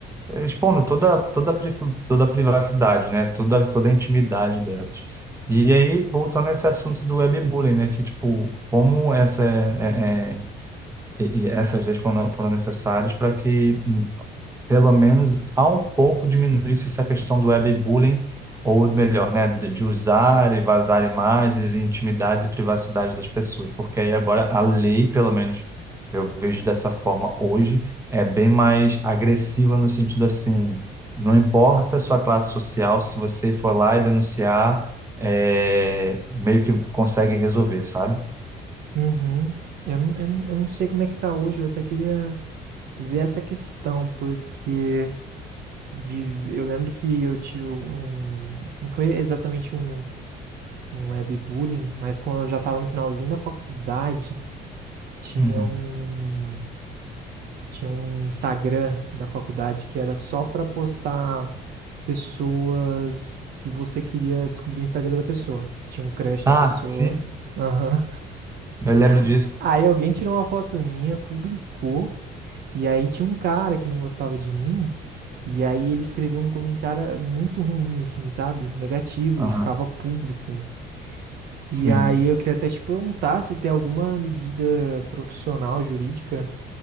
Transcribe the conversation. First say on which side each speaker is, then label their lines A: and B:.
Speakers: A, on the right; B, on the right.
A: expondo toda toda a pri- toda a privacidade, né? Toda toda a intimidade delas. E aí voltando a esse assunto do webbullying, né? Que tipo como essa é, é- é- e- e essas leis foram, foram necessárias para que pelo menos há um pouco diminuísse essa questão do webbullying, ou melhor, né, de de usar e vazar imagens, e intimidades e privacidade das pessoas, porque aí agora a lei, pelo menos eu vejo dessa forma hoje, é bem mais agressiva no sentido assim, não importa a sua classe social, se você for lá e denunciar, é, meio que consegue resolver, sabe?
B: Uhum. Eu não, eu não, eu não sei como é que tá hoje. Eu até queria. ver essa questão, porque de, eu lembro que eu tive um. Não foi exatamente um, um webbullying, mas quando eu já estava no finalzinho da faculdade, tinha
A: Uhum.
B: um. Tinha um Instagram na faculdade que era só para postar pessoas que você queria descobrir o Instagram da pessoa. Você tinha um crush
A: Ah,
B: na pessoa.
A: sim,
B: Aham.
A: eu lembro disso.
B: <laughs> Aí alguém tirou uma foto minha, publicou. E aí tinha um cara que não gostava de mim, e aí ele escreveu um comentário muito ruim, assim, sabe? Negativo,
A: Aham,
B: e ficava público.
A: sim.
B: E aí eu queria até te perguntar se tem alguma medida profissional, jurídica,